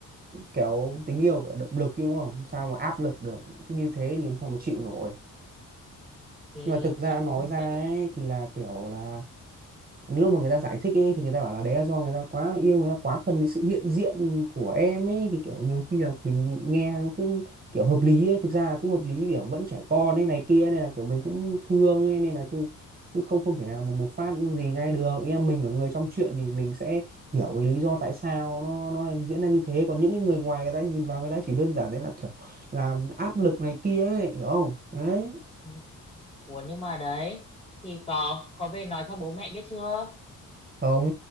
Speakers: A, on the right (about 30°); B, on the left (about 20°).
A: kiểu tình yêu phải là động lực chứ đúng không? Sao mà áp lực được cứ như thế thì em sao mà
B: Ừ,
A: chịu nổi.
B: thì
A: Nhưng mà thực ra
B: chị
A: nói
B: cũng
A: ra
B: thấy
A: ấy thì là kiểu là lúc mà người ta giải thích ấy thì người ta bảo là đấy là do người ta quá là yêu người ta quá cần cái sự hiện diện của em ấy thì kiểu nhiều khi là mình nghe nó cũng kiểu hợp lý ấy thực ra là cũng hợp lý kiểu vẫn trẻ con ấy này kia nên là kiểu mình cũng thương ấy nên là chứ chứ không không thể nào mà một phát gì ngay được nghe mình ở người trong chuyện thì mình sẽ hiểu cái lý do tại sao nó nó diễn ra như thế còn những cái người ngoài người ta nhìn vào người ta chỉ đơn giản đấy là kiểu làm áp lực này kia ấy hiểu không đấy
B: ừ, Ủa nhưng mà đấy thì có có về nói cho bố mẹ biết chưa
A: Không,